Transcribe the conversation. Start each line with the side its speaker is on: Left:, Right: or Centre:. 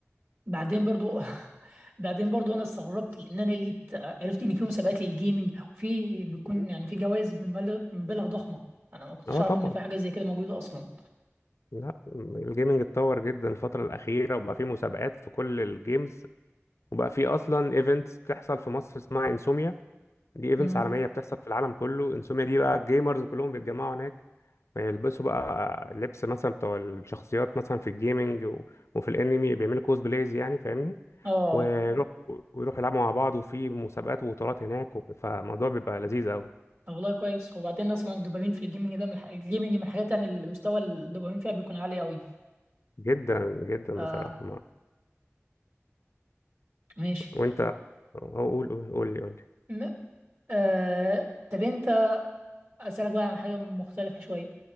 Right: بعدين برضو <laughs> بعدين برضو انا استغربت ان انا لقيت عرفت ان في مسابقات للجيمنج وفي بيكون
Left: <laughs>
Right: يعني في جوائز بمبالغ بمبالغ ضخمه انا ما كنتش
Left: اه
Right: اعرف
Left: طبعا
Right: ان في حاجه زي كده موجوده اصلا
Left: لا الجيمنج اتطور جدا الفتره الاخيره وبقى فيه مسابقات في كل الجيمز وبقى فيه اصلا ايفنتس بتحصل في مصر اسمها انسوميا دي ايفنتس
Right: امم
Left: عالميه بتحصل في العالم كله انسوميا دي بقى الجيمرز كلهم بيتجمعوا هناك بيلبسوا بقى لبس مثلا بتوع الشخصيات مثلا في الجيمنج و- وفي الانمي بيعملوا كوز بلايز يعني فاهمني
Right: اه
Left: ويروح ويروحوا يلعبوا مع بعض وفي مسابقات وبطولات هناك وب- فالموضوع بيبقى لذيذ قوي
Right: طب والله كويس وبعدين اصلا الدوبامين في الجيمنج ده من الح... الجيمنج من الحاجات يعني المستوى الدوبامين فيها بيكون عالي قوي
Left: جدا جدا
Right: آه
Left: بصراحه ما-
Right: ماشي
Left: وانت قول قول قول لي قول لي
Right: م... آه طب انت أسألك بقى عن حاجة مختلفة شوية